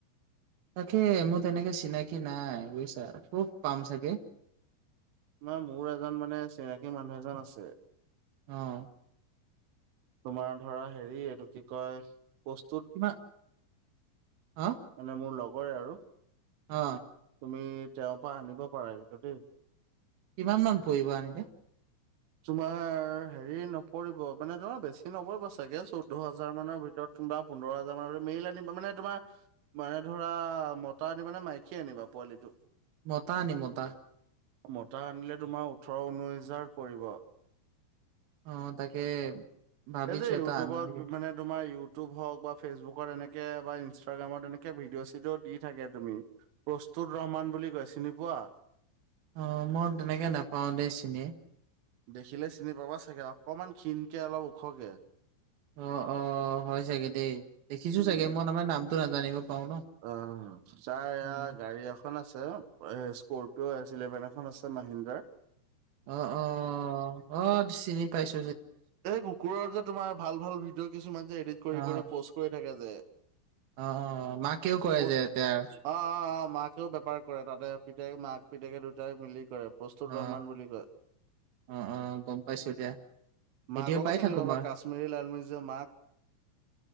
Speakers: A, on the right; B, on the right.
A: তাকে মোৰ তেনেকে চিনাকি নাই বুজিছা কত পাম চাগে
B: তোমাৰ মোৰ এজন মানে চিনাকী মানুহ এজন আছে
A: অ
B: তোমাৰ ধৰা হেৰি এইটো কি কয় প্ৰস্তুত
A: কিমান অ
B: মানে মোৰ লগৰে আৰু
A: অ
B: তুমি তেওঁৰ পৰা আনিব পাৰা কিন্তু দেই।
A: কিমান মান পৰিব আনিলে।
B: তোমাৰ হেৰি নপৰিব মানে তোমাৰ বেছি নপৰিবা চাগে চৌধ্য হাজাৰ মানৰ ভিতৰত। তোমা পোন্ধৰ হাজাৰ মান মেইৰিলানিবা মানে তোমাৰ মানে ধৰা মতা আনিবানে মাইকী আনিবা। পোৱালিটো
A: মতা আনিম মতা।
B: মতা আনিলে তোমাৰ ওঠৰ ঊনৈশ হেজাৰ পৰিব।
A: অ তাকে ভাবিছো
B: এই যে ইউটিউবত
A: এটা আনো নেকি
B: মানে তোমাৰ ইউ তুব হওঁক বা ফেচবুকৰ এনেকে বা ইনষ্টাগাম এনেকে ভিডিঅ চিডিঅ দি থাকে তুমি পু তুৰ ৰহমান বুলি কয় চিনি পোৱা?
A: অ মই তেনেকে নাপাও দেই চিনি।
B: দেখিলে চিনি পাবা চাগে অকনমান ক্ষিণকে অলপ ওখকে।
A: অ অ হয় চাগে দেই দেখিছো
B: উম।
A: চাগে মই নামটো নাজানিব পাৰো ন
B: অ ছাৰ ইয়াৰ
A: উম।
B: গাড়ী এখন আছে। আ এ স্কপিঅ এচ ইলেভেন এখন আছে মাহিন্দ্ৰাৰ।
A: অ অ অ চিনি পাইছোঁ।
B: এই কুকুৰৰ যে তোমাৰ ভাল ভাল ভিডিঅ' কিছুমান যে এডিট কৰি
A: অ অ
B: কৰি প'ষ্ট কৰি থাকে যে।
A: অ অ মাকেও কয়
B: প'ষ্ট
A: যে এতিয়া
B: অ' অ' অ' মাকেও বেপাৰ কৰে তাতে পিতেকে মাক পিতেকে দুইটাই মিলি কৰে প্ৰস্তুত
A: অ
B: ৰহমান বুলি কয়।
A: অ অ গম পাইছো দিয়া। ভিডিঅ'
B: মাককো
A: পাই
B: চিনি
A: থাকো
B: পাবা
A: মই
B: কাশ্মীৰী লালমিৰ্জা মাক।